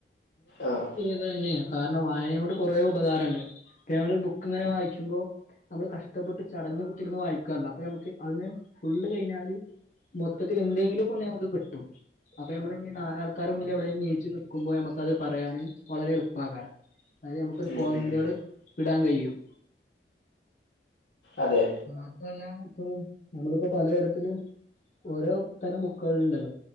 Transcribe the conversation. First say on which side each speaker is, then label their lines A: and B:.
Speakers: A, on the left; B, on the left.
A: ആഹ്
B: അതന്നെയാ കാരണം വായനകൊണ്ട് കുറേ ഉപകാരണ്ട് ഇപ്പ ഞമ്മൾ ബുക്ക് ഇങ്ങനെ വായിക്കുമ്പോ നമ്മള് കഷ്ടപ്പെട്ട് ചടഞ് കുത്തിരുന്ന് വായിക്കാല്ലോ അപ്പൊ ഞമ്മക്ക് അതിനെ ഫുള്ള് കയ്ഞ്ഞാല് മൊത്തത്തിലെന്തെങ്കിലും ഒന്ന് ഞമക്ക് കിട്ടും അപ്പൊ ഞമ്മളിന്നി നാലാൾക്കാരെ മുന്നിൽ എവിടെങ്കിലും എനിച്ച് നിക്കുമ്പോ ഞമ്മക്കത് പറയാന് വളരെ എളുപ്പകാരം അയല്നമുക്കൊരു
A: ഉം
B: പോയിന്റുകള്
A: ഉം
B: വിടാൻ കയ്യും
A: അതെ
B: മാത്രല്ല ഇപ്പൊ നമ്മളിപ്പോ പലതാരത്തിൽ ഓരോ തരം ബുക്കുകളുണ്ടല്ലോ